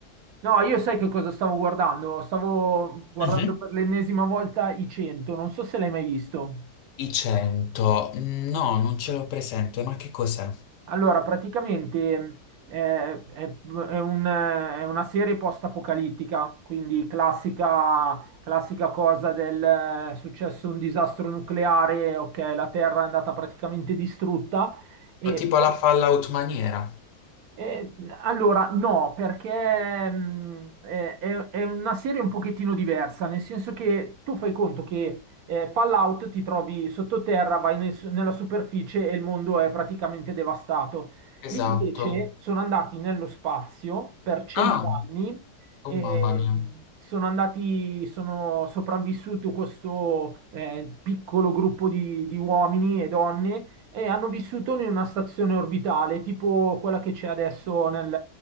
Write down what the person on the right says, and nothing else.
No, io sai che cosa stavo guardando? Stavo guardando
per l'ennesima volta i 100, non so se l'hai mai visto.
Allora, praticamente eh, è, è un- è una serie post-apocalittica, quindi classica, classica cosa del eh, è successo un disastro nucleare, ok, la Terra è andata praticamente distrutta, e,
eh, allora, no, perché mh, eh, è, è una serie un pochettino diversa, nel senso che tu fai conto che eh, Fallout ti trovi sottoterra, vai nel- nella superficie e il mondo è praticamente devastato. Lì
invece sono andati nello spazio per cent'anni
e
sono andati, sono sopravvissuto questo eh, piccolo gruppo di di uomini e donne e hanno vissuto in una stazione orbitale, tipo quella che c'è adesso nel,